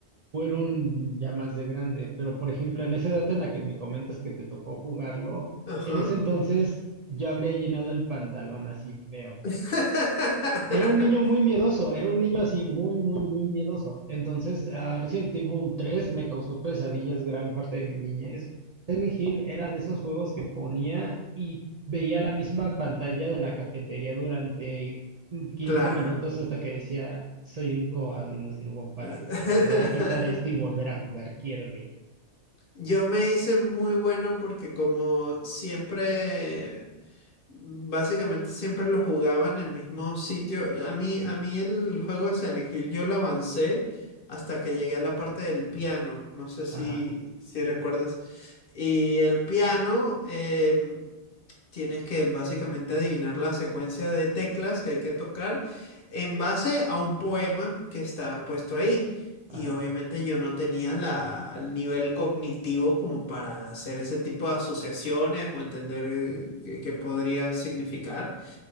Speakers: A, on the right; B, on the left.
A: fueron ya más de grande, pero por ejemplo, en esa edad en la que me comentas que te tocó jugarlo,
B: Ajá.
A: en ese entonces yo habría llenado el pantalón así feo.
B: <laughs>
A: Era un niño muy miedoso, era un niño así muy, muy, muy miedoso. Entonces, ah, Resident Evil 3 me causó pesadillas gran parte de mi niñez. Silent Hill era de esos juegos que ponía y veía la misma pantalla de la cafetería durante mm, 15
B: Claro.
A: minutos hasta que decía, soy un cobarde y no sirvo para
B: Es-
A: nada.
B: <laughs>
A: Debería quitar esto y volver a jugar Kirby.
B: Yo me hice muy bueno porque como siempre, básicamente siempre lo jugaba en el mismo sitio. A mí, a mí el juego de Silent Hill yo lo avancé hasta que llegué a la parte del piano. No sé si,
A: Ajá,
B: si recuerdas. Y el piano, em, Tienes que básicamente adivinar la secuencia de teclas que hay que tocar en base a un poema que está puesto ahí.
A: ajá.
B: Y obviamente yo no tenía la, el nivel cognitivo como para hacer ese tipo de asociaciones o entender eh, qué, qué podría significar.